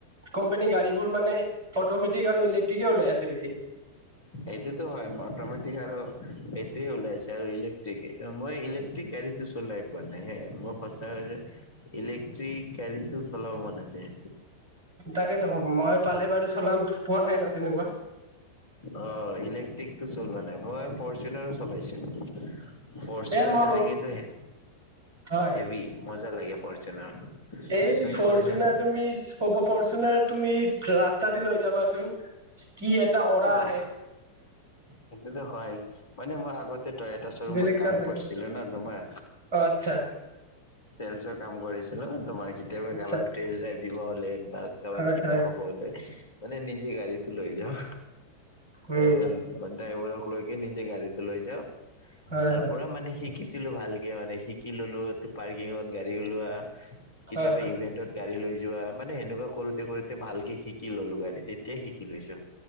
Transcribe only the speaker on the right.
কোম্পানীৰ গাড়ীবোৰ মানে অটমেটিক আৰু ইলেক্ট্ৰিকে ওলাই আছে বেছি।
তাকেইেতো মই পালে বাৰু চলাম। পোৱা নাই ন' তেনেকুৱা।
এ মোৰ
হয়
এই
ফৰ্চুনাৰ
তুমি ফৰ্চুনাৰ তুমি ৰাচ ৰাস্তা দি লৈ যাবাচোন, কি এটা অৰা
আহে।
বেলেগ
চাল লাগে
অ আচ্ছা
আচ্ছা
হয়
হয়
উম
আচ্ছা
হয়
হয়
হয় হয়